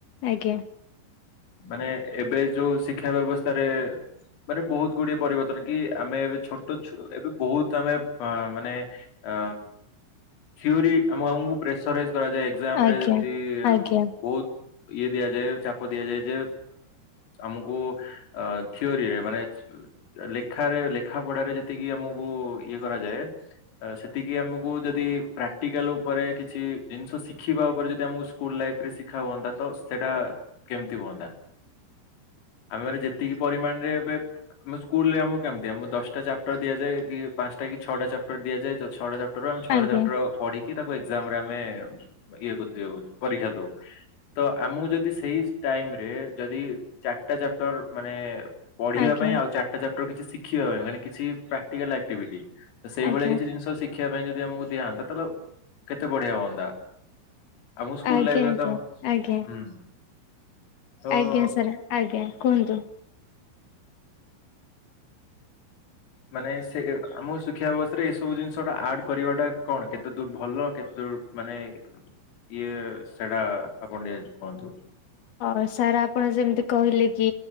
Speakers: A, on the left; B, on the left.
A: ଆଜ୍ଞା।
B: ମାନେ ଏବେ ଯୋଉ ଶିକ୍ଷା ବ୍ୟବସ୍ଥାରେ ମାନେ ବୋହୁତ ଗୁଡିଏ ପରିବର୍ତ୍ତନ କି ଆମେ ଏବେ ଛୋଟ ଛୁ ଏବେ ବୋହୁତ ଆମେ ମାନେ ଅ ଥିଓରି ଆମ ଆମକୁ ପ୍ରେସରାଇଜି କରାଯାଏ। <unintelligible>
A: ଆଜ୍ଞା
B: ଯେମିତି
A: ଆଜ୍ଞା
B: ବୋହୁତ ଇଏ ଦିଆଯାଏ ଚାପ ଦିଆଯାଏ ଯେ ଆମକୁ ଅ ଥିଓରିରେ ମାନେ ଲେଖାରେ ଲେଖା ପଢାରେ ଯେତିକି ଆମକୁ ଇଏ କରାଯାଏ। ସେତିକି ଆମକୁ ଯଦି ପ୍ରାକ୍ଟିକାଲ ଉପରେ କିଛି ଜିନିଷ ଶିଖିବା ଉପରେ ଯଦି ଆମକୁ ସ୍କୁଲ ଲାଇଫ୍ ରେ ଶିଖା ହୁଅନ୍ତା ତ ସେଟା କେମିତି ହୁଅନ୍ତା? ଆମେ ମାନେ ଯେତିକି ପରିମାଣରେ ଏବେ ଆମ ସ୍କୁଲରେ ଆମକୁ କେମିତି ଆମକୁ ଦଶଟା ଚାପଟର ଦିଆଯାଏ କି ପାଞ୍ଚଟା କି ଛଅଟା ଚାପଟର ଦିଆଯାଏ। ତ ଛଟା ଚା ଟୋଟାଲ ଆମେ ଛଟା
A: ଆଜ୍ଞା
B: ଚାପଟର ପଢିକି ତାକୁ ଏକ୍ସାମ୍ ରେ ଆମେ ଇଏ କରିଦୋଉ ପରୀକ୍ଷା ଦୋଉ। ତ ଆମକୁ ଯଦି ସେଇ ଟାଇମ୍ ରେ ଯଦି ଚାରିଟା ଚାପଟର ମାନେ ପଢିବା
A: ଆଜ୍ଞା
B: ପାଇଁ ଆଉ ଚାରିଟା ଚାପଟର କିଛି ଶିଖିବା ପାଇଁ ମାନେ କିଛି ପ୍ରାକ୍ଟିକାଲ ଆକ୍ଟିଭିଟି ତ ସେଇଭଳିଆ
A: ଆଜ୍ଞା
B: କିଛି ଜିନିଷ ଶିଖିବା ପାଇଁ ଯଦି ଆମକୁ ଦିଆହୁଅନ୍ତା ତାହେଲେ କେତେ ବଢିଆ ହୁଅନ୍ତା। ଆମ ସ୍କୁଲ
A: ଆଜ୍ଞା
B: ଲାଇଫ୍
A: ଆଜ୍ଞା
B: ରେ ତ ହୁଁ।
A: ଆଜ୍ଞା
B: ତ
A: ଆଜ୍ଞା ସାର୍ ଆଜ୍ଞା କୁହନ୍ତୁ।
B: ମାନେ ସେ ଆମ ଶିକ୍ଷା ବ୍ୟବସ୍ଥାରେ ଏସବୁ ଜିନିଷଟା ଆଡ୍ କରିବାଟା କଣ କେତେ ଦୂର ଭଲ କେତେ ଦୂର ମାନେ ଇଏ ସେଟା ଆପଣ ଟିକେ କୁହନ୍ତୁ।
A: ହଁ ସାର୍ ଆପଣ ଯେମିତି କହିଲେ କି